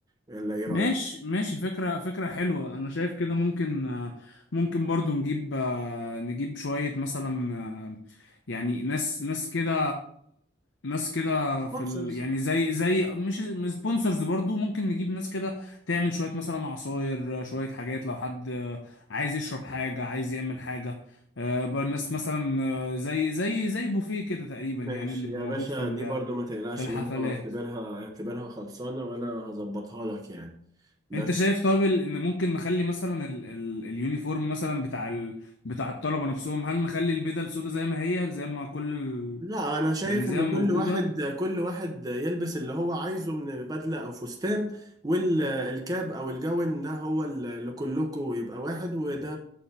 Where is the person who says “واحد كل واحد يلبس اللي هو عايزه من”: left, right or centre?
Right